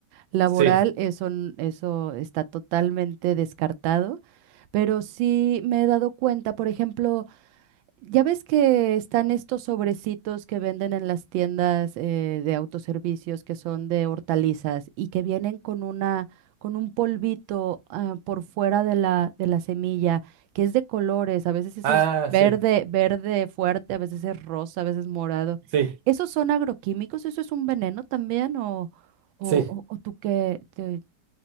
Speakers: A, on the right; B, on the right.
A: Laboral,
B: sí.
A: eso, n- eso está totalmente descartado, pero sí me he dado cuenta, por ejemplo, ya ves que están estos sobrecitos que venden en las tiendas eh, de autoservicios que son de hortalizas y que vienen con una, con un polvito ah, por fuera de la, de la semilla, que es de colores, a veces ese
B: Ah,
A: es verde,
B: sí,
A: verde fuerte, a veces es rosa, a veces morado.
B: sí,
A: ¿Esos son agroquímicos? ¿Eso es un veneno también? ¿O, o,
B: sí.
A: o- o tú qué? te-